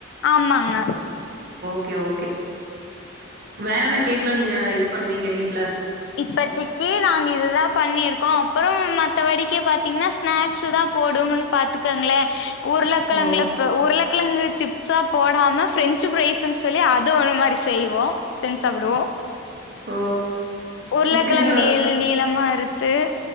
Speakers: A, on the left; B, on the right.
A: ஆமாங்க
B: ஓகே ஓகே வேற என்ன கேக்கலா நீங்க இது பண்ணுவீங்க வீட்டுல
A: இப்பத்தக்கு நாங்க இதுதான் பண்ணிருக்கோ அப்புறம் மற்ற வடிக்க பாத்தீங்கன்னா ஸ்நாக்ஸ் தான் போடும்னு பாத்துக்கங்கலே உருளைக்கிலங்கள
B: ஓ!
A: உருள சிப்ஸா போடாம பிரெஞ்சு பிரரைஸ்சுன்னு சொல்லி அது அ ஒரு மாதிரி செய்வோ செஞ்சு சாப்பிடுவோ
B: ஓ!
A: உருளைக்கிழங்கு
B: இப்ப இந்த
A: நீள நீளமா அறுத்து